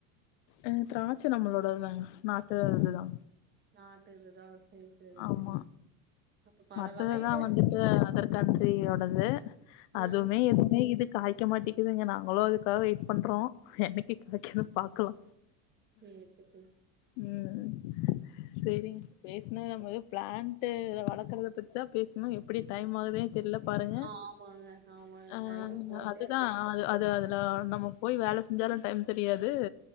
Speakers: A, on the left; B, on the right.
A: அ திராட்ச நம்மளோடதுதா நாட்டு இதுதா
B: அ நாட்டு இதுதா சேரி சேரி
A: ஆமா
B: சேரி அப்ப பல
A: மத்ததுதா
B: வகை இது
A: வந்துட்டு அதர் கண்ட்ரியோடது
B: ஆ
A: அது வுமே எதுவுமே இது காய்க மாட்டேகுதுங்க நாங்களு அதுக்காக வெயிட் பண்றோ என்னைக்கு கெடைக்குதோ பாக்லா
B: சேரி சேரி
A: ம் சேரிங்
B: சேரி
A: பேச்ன நமக்கு பிளாண்ட்டு வளர்க்குறத பத்தி தா பேச்னோ எப்டி டைம் ஆகுதுனே தெர்ல பாருங்க
B: ஆமாங்க ஆமாங்க
A: ஆ
B: டைமு போயிட்டே
A: அதுதா
B: இருக்கு
A: அ அது அது லோ நம்ம போய் வேலை செஞ்சாலு டைம் தெரியாது